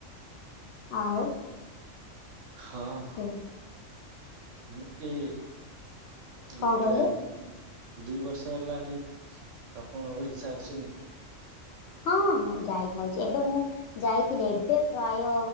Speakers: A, on the left (about 70°); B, on the right (about 70°).
A: ଆଉ
B: ହଁ।
A: <inaudible> ହୁଁ
B: ଗୋଟେ
A: କଣ
B: ଦି
A: କହିଲେ?
B: ବର୍ଷ ହେଲାଣି ଆପଣ ଓଡିଶା ଆସୁନି?
A: ହଁଁ ହଁ ଯାଇଥାଉଛି ଏବେ ମୁଁ ଯାଇଥିଲି ଏବେ ପ୍ରାୟ